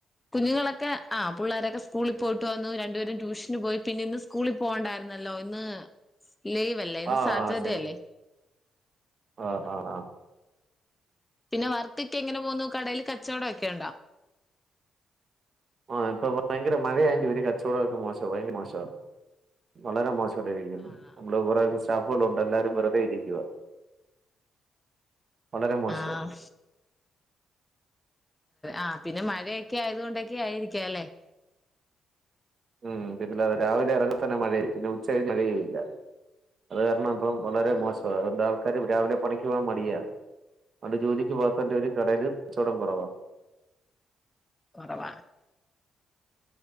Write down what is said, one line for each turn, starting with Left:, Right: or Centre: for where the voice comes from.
Left: കുഞ്ഞുങ്ങളൊക്കെ ആ പുള്ളാരൊക്കെ സ്കൂളിൽ പോയിട്ട് വന്നു രണ്ടുപേരും ട്യൂഷന് പോയി പിന്നെ ഇന്ന് സ്കൂളിൽ പോകണ്ടായിരുന്നല്ലോ ഇന്ന് ലീവല്ലേ ഇന്ന്
Right: ആ
Left: സാറ്റർഡേ
Right: ആ ശനി
Left: അല്ലെ
Right: ആ ആ ആ
Left: പിന്നെ വർക്കൊക്കെ എങ്ങനെ പോകുന്നു കടേല് കച്ചവടം ഒക്കെ ഇണ്ടോ
Right: ആ ഇപ്പൊ ഭയങ്കര മഴയായി പേരി കച്ചവടൊക്കെ മോശ ഭയങ്കര മോശ വളരെ മോശ <unintelligible>
Left: ആഹ്
Right: നമ്മള് കൊറേക്കെ സ് സ്റ്റാഫുകളുണ്ട് എല്ലാരും വെറുതെ ഇരിക്കുക വളരെ മോശമാണ്
Left: ആഹ് ആ പിന്നെ മഴയൊക്കെ ആയതുക കൊണ്ടൊക്കെ ആയിരിക്ക അല്ലേ
Right: ഉം <unintelligible> അത രാവിലെ ഇറങ്ങ തന്നെ മഴ പിന്നെ ഉച്ചകഴിഞ്ഞ് മഴ ഇല്ല അത് കാരണം ഇപ്പം വളരെ
Left: ആഹ്
Right: മോശമാണ് അതൊണ്ട് ആൾക്കാര് രാവിലെ പണിക്ക് പോകവാൻ മടിയാ അത് കൊണ്ട് ജോലിക്ക് പോവാത്ത ഒരു കടേല് കച്ചോടം കുറവാ
Left: കുറവാണ്